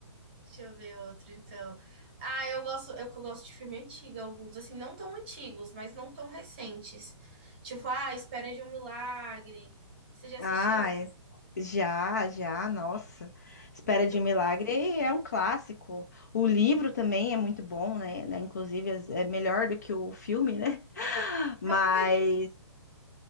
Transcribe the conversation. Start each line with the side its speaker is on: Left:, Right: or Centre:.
Right: Deixa eu ver outro, então. Ah, eu gosto, eu, eu gosto de filme antigo, alguns, assim, não tão antigos, mas não tão recentes. Tipo, ah, Espera de um Milagre. Você já assistiu?
Left: Ai, já, já, nossa. Espera
Right: Muito.
Left: de um Milagre é um clássico. O livro também é muito bom, né? né? Inclusive é é melhor do que o filme, né? <laughs> Mas
Right: Eu nunca li